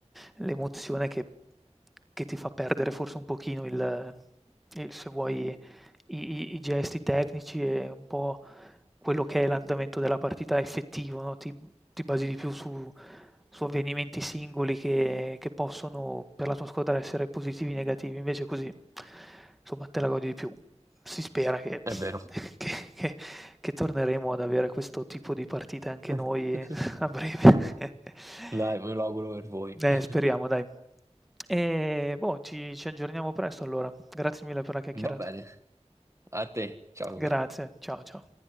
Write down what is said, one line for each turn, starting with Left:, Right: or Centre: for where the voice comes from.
Centre: l'emozione che, che ti fa perdere forse un pochino il, il- se vuoi i i i gesti tecnici e un po' quello che è l'andamento della partita effettivo, no, ti ti basi di più su su avvenimenti singoli che che possono per la tua squadra essere positivi, o negativi. Invece così, insomma, te la godi di più. Si spera che
Right: È vero.
Centre: <laughs> che che che torneremo ad avere questo tipo di partite anche
Right: <laughs>
Centre: noi eh, <laughs> a breve. <laughs>
Right: Dai, me lo auguro per voi.
Centre: Eh,
Right: <laughs>
Centre: speriamo dai. E boh, ci ci aggiorniamo presto allora. Grazie mille per la chiacchierata.
Right: Va bene, a te. Ciao Luca.
Centre: Grazie, ciao, ciao.